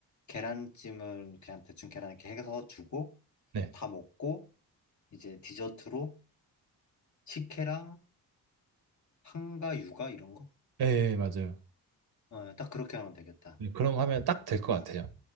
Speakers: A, on the left; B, on the right.
A: 계란찜은 그냥 대충 계란 이렇게 해서 주고
B: 네.
A: 다 먹고 이제 디저트로 식혜랑 한가 유가 이런 거?
B: 예, 예, 맞아요.
A: 예, 딱 그렇게 하면 되겠다.
B: 네, 그런 거 하면 딱 될 것 같아요.